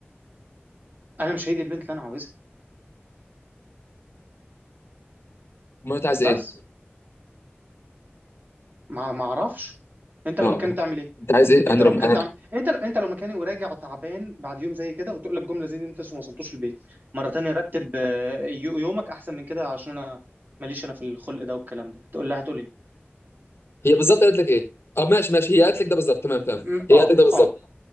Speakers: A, on the right (about 45°); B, on the left (about 70°).
A: انا مش هي دي البنت اللي انا عاوزها
B: ما انت عايز
A: بس
B: ايه
A: ما ما اعرفش انت
B: ما
A: لو
B: هو
A: مكاني تعمل ايه
B: انت عايز ايه
A: انت
B: انا
A: لو
B: رم...
A: مكاني
B: انا
A: تعمل انت انت لو مكاني وراجع تعبان بعد يوم زي كده وتقول لك جمله زي دي انت لسه ما وصلتوش البيت مره تانية رتب آه، يو- يومك احسن من كده عشان انا ماليش انا في الخلق ده والكلام ده هتقول لها هتقول ايه
B: هي بالظبط قالت لك ايه اه ماشي ماشي هي قالت لك ده بالظبط تمام تمام
A: م-
B: هي
A: اه
B: قالت لك ده بالظبط
A: اه